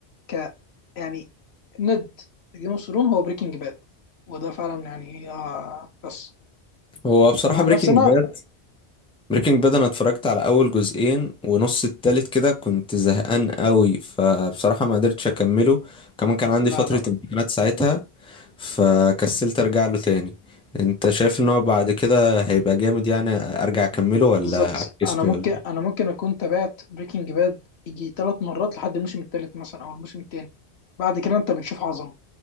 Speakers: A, on the left; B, in the centre.
A: ك يعني ند جيم اوف ثرون هو بريكنج باد وده فعلا يعني آه بس
B: هو بصراحة
A: انا عن
B: بريكنج
A: نفسي انا
B: باد بريكنج باد انا اتفرجت على اول جزئين ونص التالت كده كنت زهقان قوي فبصراحة ما قدرتش اكمله كمان كان عندي
A: لا
B: فترة
A: لا لا
B: امتحانات ساعتها فكسلت ارجع له تاني انت شايف ان هو بعد كده هيبقى جامد يعني ارجع اكمله ولا
A: بالظبط
B: افكسله
A: انا ممكن
B: ولا
A: انا ممكن اكون تابعت بريكنج باد يجي ثلاث مرات لحد الموسم الثالث مثلا او الموسم الثاني بعد كده انت بتشوف عظمه